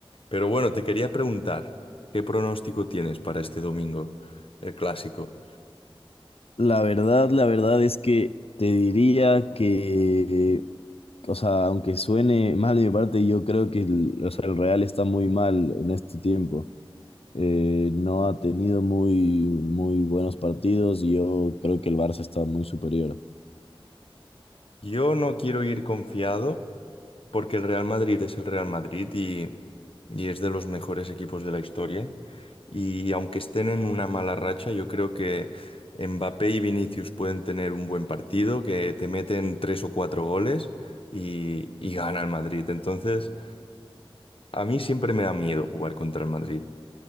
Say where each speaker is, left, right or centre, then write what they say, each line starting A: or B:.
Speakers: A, on the left; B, on the left.
A: Pero bueno, te quería preguntar, ¿qué pronóstico tienes para este domingo, el clásico?
B: La verdad, la verdad es que te diría que o sea, aunque suene mal de mi parte, yo creo que el, o sea, el Real está muy mal en este tiempo. Eh, no ha tenido muy, muy buenos partidos y yo creo que el Barça está muy superior.
A: Yo no quiero ir confiado. Porque el Real Madrid es el Real Madrid y, y es de los mejores equipos de la historia. Y aunque estén en una mala racha, yo creo que Mbappé y Vinicius pueden tener un buen partido, que te meten tres o cuatro goles y, y gana el Madrid. Entonces, a mí siempre me da miedo jugar contra el Madrid.